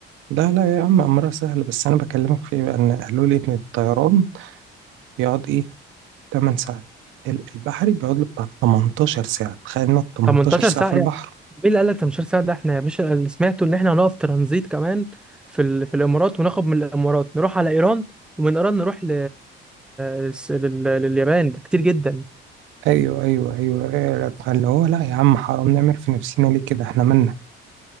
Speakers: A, on the right (about 75°); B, in the centre.
A: لا لا يا عم امرها سهل بس انا بكلمك في إيه بقى ان قالوا لي ان الطيران بيقعد ايه 8 ساعات ال- البحري بيقعد له بتاع 18 ساعه تخيل انك 18
B: 18
A: ساعه
B: ساعة
A: في
B: يعني
A: البحر
B: مين اللي قال لك 18 ساعة ده احنا يا باشا اللي سمعته ان احنا هنقف ترانزيت كمان في ال... في الامارات وناخد من الامارات نروح على ايران ومن ايران نروح ل... للس- لل... لليابان ده كتير جدا
A: ايوه ايوه ايوه أيوة. فاللي هو لا يا عم حرام نعمل في نفسنا ليه كده احنا مالنا